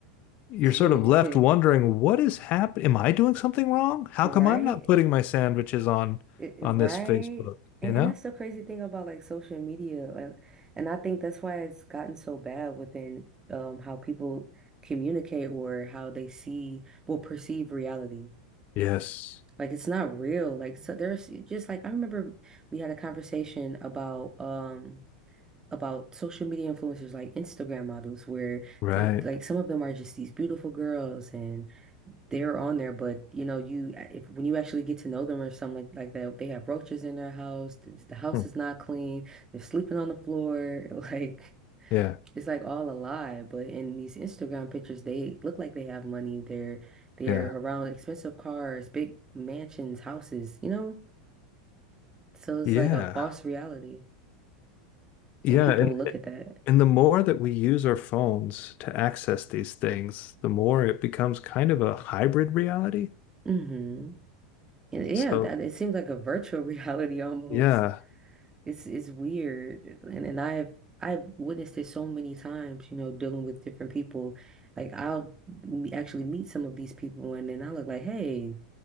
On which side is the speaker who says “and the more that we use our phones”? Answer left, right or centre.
Left